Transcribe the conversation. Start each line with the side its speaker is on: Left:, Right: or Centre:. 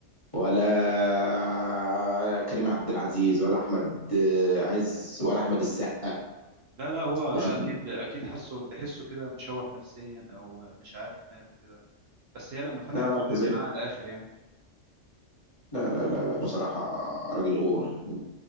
Left: ولا كريم عبد العزيز ولا احمد آه، عز ولا احمد السقا
Right: لا لا هو اكيد
Left: مش هتقول-
Right: اكيد حاسه تحسه كده مشوه نفسيا او مش عارف ماله كده بس هي لما فتحت
Left: لا لا
Right: فتحت
Left: فظيع
Right: معاه على الاخر يعني
Left: لا لا لا لا بصراحة راجل اوفر